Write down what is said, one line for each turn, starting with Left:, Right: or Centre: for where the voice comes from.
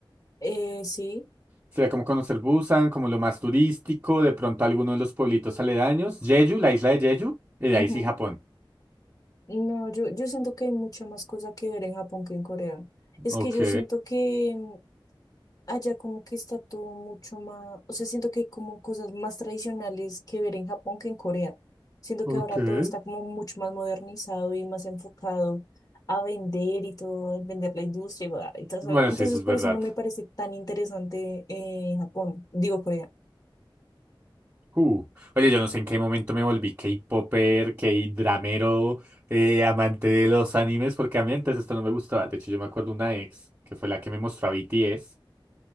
Left: eh, sí.
Right: Sería como conocer Busan, como lo más turístico, de pronto alguno de los pueblitos aledaños. Jeju, la isla de Jeju, y de
Left: ujú.
Right: ahí sí Japón.
Left: No, yo, yo siento que hay mucha más cosa que ver en Japón que en Corea. Es
Right: Ok,
Left: que yo siento que, Allá como que está todo mucho más, o sea, siento que hay como cosas más tradicionales que ver en Japón que en Corea. Siento
Right: ok.
Left: que ahora todo está como mucho más modernizado y más enfocado a vender y todo, vender la industria y bla, y todo
Right: Bueno,
Left: eso. Entonces,
Right: sí, eso es
Left: por
Right: verdad.
Left: eso no me parece tan interesante eh, Japón, digo Corea.
Right: Uh. Oye, yo no sé en qué momento me volví K-popper, K-dramero, eh, amante de los animes, porque a mí antes esto no me gustaba. De hecho, yo me acuerdo una ex, que fue la que me mostró a BTS.